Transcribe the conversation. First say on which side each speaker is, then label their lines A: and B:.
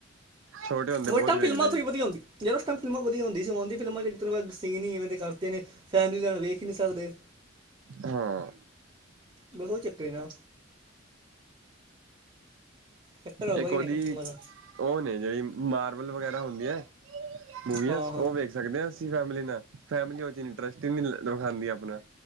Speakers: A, on the right; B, on the right.
A: ਛੋਟੇ ਹੁੰਦੇ
B: ਉਸ
A: ਬਹੁਤ
B: ਟਾਈਮ
A: ਵੇਖਦੇ
B: ਫਿਲਮਾਂ ਤੋਂ
A: ਸੀ
B: ਵਧੀਆ ਹੁੰਦੀ, ਜਦੋਂ ਤੱਕ ਫਿਲਮਾਂ ਵਧੀਆ ਹੁੰਦੀ ਸੀ। ਹੁਣ ਇੱਕ ਤਰਫ ਸੀਨ ਹੀ, ਇਵੇਂ ਦੇ ਕਰਤੇ ਨੇ ਫੈਮਿਲੀ ਤੱਕ, ਵੇਖ ਹੀ ਨਹੀਂ ਸਕਦੇ?
A: ਹਾਂ
B: ਬਸ, ਉਹ ਚੱਕਰ ਨਾ ਚੱਕਰ ਕੋਈ
A: ਇੱਕ ਉਹਦੀ,
B: ਨਹੀਂ ਹੈਗਾ ਫਿਲਮਾਂ ਦਾ
A: ਉਹ ਨਈ, ਜਿਹੜੀ ਮਾਰਬਲ ਵਗੈਰਾ ਹੁੰਦੀ, ਏ ਮੂਈਆਂ
B: ਹਾਂ
A: ਸੂਓਂ
B: ਹਾਂ
A: ਵੇਖ ਰੱਖਦੇ ਹਾਂ, ਅਸੀਂ ਫੈਮਲੀ ਨਾਲ ਫੈਮਿਲੀ ਉਦੇ ਚ ਇੰਟਰਸਟ ਵਿਖਾਉਂਦੀ, ਆਪਣਾ